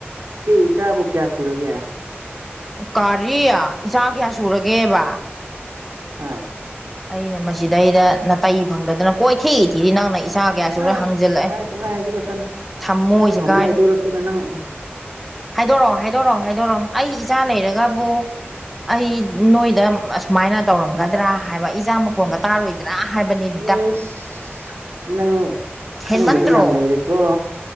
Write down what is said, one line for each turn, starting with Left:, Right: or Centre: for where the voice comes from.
Right: ꯏꯆꯦꯒꯤ ꯏꯆꯥꯕꯨ ꯀꯌꯥ ꯁꯨꯔꯒꯦ
Centre: ꯀꯔꯤ ꯏꯆꯥ ꯀꯌꯥ ꯁꯨꯔꯒꯦꯕ
Right: ꯍꫭꯏ
Centre: ꯑꯩꯅ ꯃꯁꯤꯗꯩꯗ ꯅꯇꯩ ꯐꯪꯗꯗꯅ ꯀꯣꯏꯊꯤꯏ ꯊꯤꯔꯤ ꯅꯪꯅ ꯏꯆꯥ ꯀꯌꯥ
Right: ꯑꯥ
Centre: ꯁꯨꯔꯦ ꯍꯪꯖꯤꯜꯂꯛꯑꯦ
Right: ꯑꯗꯨꯃꯥꯏ ꯄꯪꯍꯥꯏ ꯍꯥꯏꯖꯤꯜꯂꯛꯀꯅꯨ
Centre: ꯊꯝꯃꯣꯏꯁꯦ
Right: ꯅꯪ ꯍꯧꯖꯤꯛ
Centre: ꯀꯥꯏꯔꯦ
Right: ꯍꯥꯏꯗꯣꯔꯛꯇꯅ ꯅꯪ
Centre: ꯍꯥꯏꯗꯣꯔꯛꯑꯣ ꯍꯥꯏꯗꯣꯔꯛꯑꯣ ꯍꯥꯏꯗꯣꯔꯛꯑꯣ ꯑꯩ ꯏꯆꯥ ꯂꯩꯔꯒꯕꯨ ꯑꯩ ꯅꯣꯏꯗ ꯑꯁꯨꯃꯥꯏꯅ ꯇꯧꯔꯝꯒꯗ꯭ꯔꯥ ꯍꯥꯏꯕ ꯏꯆꯥ ꯃꯈꯣꯟꯒ ꯇꯥꯔꯣꯏꯗ꯭ꯔꯥ ꯗꯥ ꯍꯥꯏꯕꯅꯤ
Right: ꯏꯁ
Centre: ꯗꯥ
Right: ꯅꯪ ꯈꯪꯗꯕ
Centre: ꯍꯦꯟꯃꯟꯗ꯭ꯔꯣ
Right: ꯌꯥꯝ ꯂꯩꯔꯦꯀꯣ